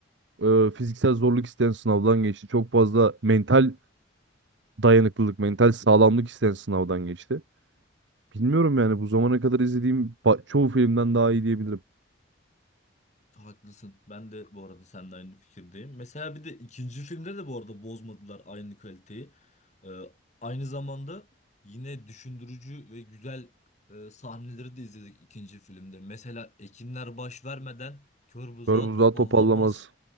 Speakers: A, on the right; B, on the left.
A: e, fiziksel zorluk isteyen sınavdan geçti. Çok fazla mental dayanıklılık, mental sağlamlık isteyen sınavdan geçti. Bilmiyorum yani bu zamana kadar izlediğim ba- çoğu filmden daha iyi diyebilirim.
B: Haklısın. Ben de bu arada seninle aynı fikirdeyim. Mesela bir de ikinci filmde de bu arada bozmadılar aynı kaliteyi. Ee, aynı zamanda yine düşündürücü ve güzel e, sahneleri de izledik ikinci filmde. Mesela ekinler baş vermeden kör buzağı
A: Böyle buzdağı
B: topallamaz.
A: topallamaz.